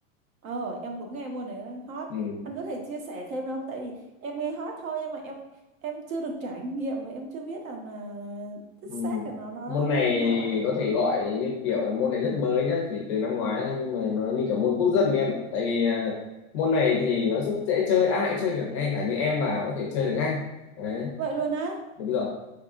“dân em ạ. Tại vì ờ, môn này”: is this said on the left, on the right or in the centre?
Left